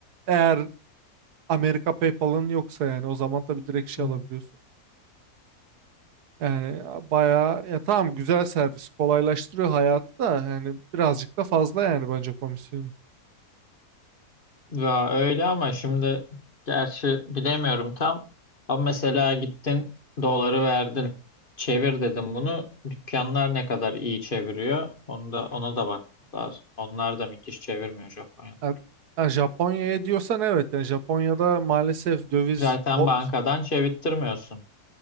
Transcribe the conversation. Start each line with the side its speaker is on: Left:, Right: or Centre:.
Right: eğer Amerika PayPal'ın yoksa yani o zaman tabii direkt şey
Left: Hı hı.
Right: alabiliyorsun. Yani bayağı ya tamam güzel servis kolaylaştırıyor hayatı da yani birazcık da fazla yani bence komisyonu.
Left: Ya öyle ama şimdi gerçi bilemiyorum tam. Ama mesela gittin doları verdin. Çevir dedim bunu. Dükkanlar ne kadar iyi çeviriyor? Onu da ona da bakmak lazım. Onlar da müthiş çevirmiyor Japonya'da.
Right: Ha- ha, Japonya'ya diyorsan evet yani Japonya'da maalesef döviz
Left: Zaten
Right: o-
Left: bankadan çevirttirmiyorsun.